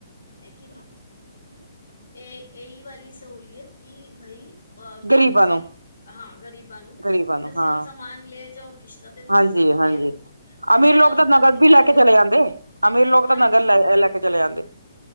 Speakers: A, on the left; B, on the right.
A: ਹੈ ਕਿ ਨਹੀਂ ਇਹ ਇਹੀ ਵਾਲੀ ਸਹੂਲੀਅਤ ਕਿ ਬਾਈ ਅ
B: ਗ਼ਰੀਬਾਂ
A: ਤੁਸੀਂ
B: ਨੂੰ
A: ਹਾਂ ਗ਼ਰੀਬਾਂ ਨੂੰ
B: ਗ਼ਰੀਬਾਂ
A: ਕਿ
B: ਨੂੰ
A: ਤੁਸੀਂ
B: ਹਾਂ
A: ਹੁਣ ਸਮਾਨ ਲੈ ਜਾਓ ਕਿਸ਼ਤ ਤੇ ਤੁਸੀਂ
B: ਹਾਂਜੀ
A: ਸਾਨੂੰ
B: ਹਾਂਜੀ
A: ਦੇ ਦੋ ਇਸਦੇ
B: ਅਮੀਰ ਲੋਕ
A: ਨਾਲ ਉਹਨਾ
B: ਤਾਂ ਨਗਦ
A: ਦੀ ਵੀ ਘਰ
B: ਲੈ
A: ਬੈਠ
B: ਕੇ ਚਲੇ ਜਾਂਦੇ ਅਮੀਰ ਲੋਕ ਤਾਂ
A: ਹਾਂਜੀ
B: ਨਗਦ ਲੈ ਲੈ ਕੇ ਚਲੇ ਜਾਂਦੇ